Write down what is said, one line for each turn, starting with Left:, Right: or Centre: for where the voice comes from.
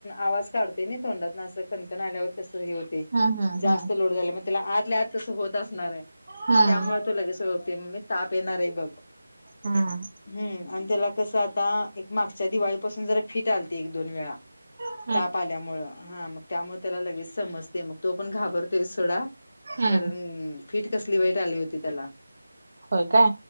Left: आवाज काढतोय ना तोंडातना अस कणकण आल्यावर कसं हे होत. ते
Right: हम्म हम्म
Left: जास्त लोड झाला मग त्याला आतल्या आत तसं होत असणार आहे.
Right: हम्म
Left: त्यामुळे तू लगेच ओळते मी ताप येणार आहे बघ.
Right: हा..
Left: हम्म आणि त्याला कसं आता एक मागच्या दिवाळीपासून जरा फिट आलते एक दोन वेळा.
Right: हो.
Left: ताप आल्यामुळेळ हा मग त्यामुळे त्याला लगेच समजते मग तो पण घाबरतोय सडा.
Right: हम्म
Left: कारण फिट कसली वाईट आली होती त्याला.
Right: होय काय